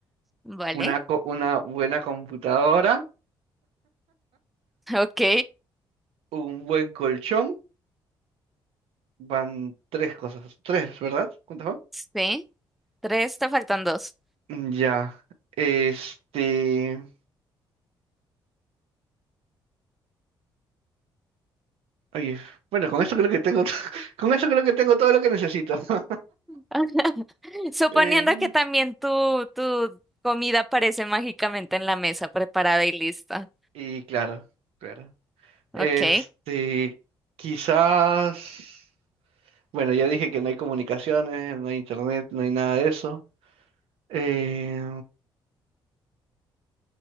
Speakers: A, in the centre; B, on the right.
A: vale,
B: Una, co- una buena computadora,
A: ok,
B: un buen colchón, van tres cosas, tres, ¿verdad? ¿Cuántas van?
A: sí. Tres, te faltan dos.
B: Mm, Ya, este, oye, bueno, con eso creo que tengo, to- <laughs> con eso creo que tengo todo lo que necesito. <laughs>
A: <laughs> Suponiendo
B: Eh,
A: que también tu, tu comida aparece mágicamente en la mesa, preparada y lista.
B: y claro, claro. Este,
A: Ok,
B: quizás. Bueno, ya dije que no hay comunicaciones, no hay internet, no hay nada de eso. Eh,